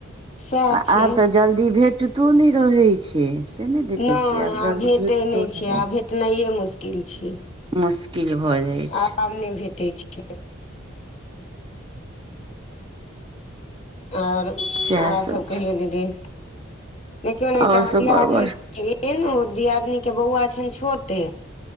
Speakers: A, on the left; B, on the right.
A: सएह
B: आ
A: छै
B: आब तऽ जल्दी भेटतो नै रहै छै। से नहि देखै
A: नै
B: छियै
A: आब
B: जल्दी
A: भेटै
B: भेटतो
A: नै
B: नहि
A: छै,
B: रहै
A: आब भेटनाइये मुश्किल छै।
B: मुश्किल भऽ जाइ छै
A: आब नै भेटै छै। और
B: सएह
A: आर सब कहियो
B: छै
A: दीदी। देखियौ ने एकटा
B: आओर
A: हां
B: सब
A: दियादनी
B: बड़ बड़
A: छी उ दियादिनी के बौअवा छैन छोटे